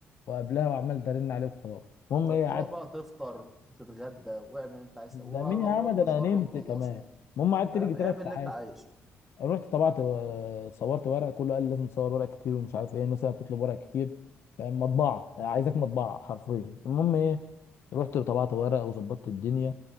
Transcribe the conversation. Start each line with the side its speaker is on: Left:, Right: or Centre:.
Left: وقبلها وعمال ارن عليه وخلاص المهم
Centre: ده
Left: ايه
Centre: انت
Left: قعدت
Centre: تروح بقى تفطر وتتغدى واعمل اللي انت عايز
Left: ده
Centre: تسويه
Left: مين
Centre: ولو
Left: يا عم
Centre: وراك
Left: ده
Centre: مشوار
Left: انا نمت
Centre: روح خلصه
Left: كمان المهم قعدت
Centre: فاهم
Left: يجي تلات
Centre: اعمل اللي
Left: ساعات
Centre: انت عايزه
Left: رحت طبعت و- صورت ورق كله قال لي لازم تصور ورق كتير ومش عارف ايه الناس هنا بتطلب ورق كتير فاهم؟ مطبعه عايزاك مطبعه حرفيا المهم ايه رحت طبعت ورق وظبطت الدنيا